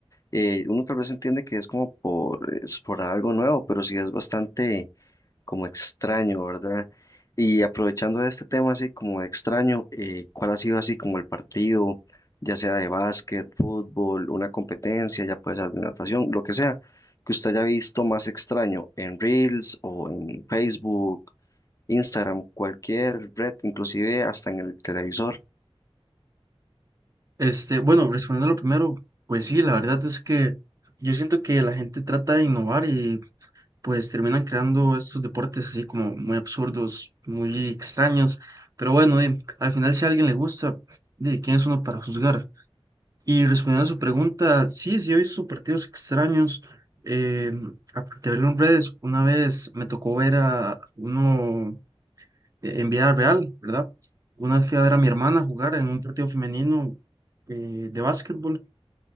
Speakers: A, on the left; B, on the right.
A: eh, uno tal vez entiende que es como por, es por algo nuevo, pero sí es bastante como extraño, ¿verdad? Y aprovechando de este tema así como de extraño, eh, ¿cuál ha sido así como el partido, ya sea de básquet, fútbol, una competencia, ya puede ser de natación, lo que sea, que usted haya visto más extraño en Reels o en Facebook, Instagram, cualquier red, inclusive hasta en el televisor?
B: Este, bueno, respondiendo a lo primero, pues sí, la verdad es que yo siento que la gente trata de innovar y pues terminan creando estos deportes así como muy absurdos, muy extraños, pero bueno, di, al final si a alguien le gusta, de quién es uno para juzgar. Y respondiendo a su pregunta, sí, sí he visto partidos extraños, eh, aparte de verlo en redes, una vez me tocó ver a uno eh, en vida real, ¿verdad? Una vez fui a ver a mi hermana jugar en un partido femenino eh, de básquetbol